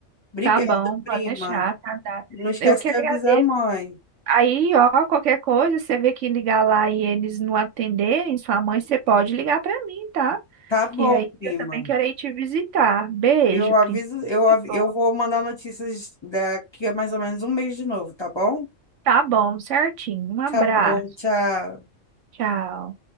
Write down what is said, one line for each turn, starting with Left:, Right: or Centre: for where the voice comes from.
Left: Obrigada,
Right: tá bom,
Left: prima.
Right: pode deixar, tá dado.
Left: Não esquece
Right: Eu que
Left: de
Right: agradeço.
Left: avisar a mãe.
Right: Aí, ó, qualquer coisa, você vê que ligar lá e eles não atenderem, sua mãe, você pode ligar pra mim, tá?
Left: Tá bom,
Right: Que aí
Left: prima.
Right: eu também quero ir te visitar. Beijo,
Left: Eu aviso,
Right: prima.
Left: eu,
Right: Que
Left: av-
Right: bom.
Left: eu vou mandar notícias daqui a mais ou menos um mês de novo, tá bom?
Right: Tá bom, certinho. Um abraço.
Left: Tá bom, tchau.
Right: Tchau.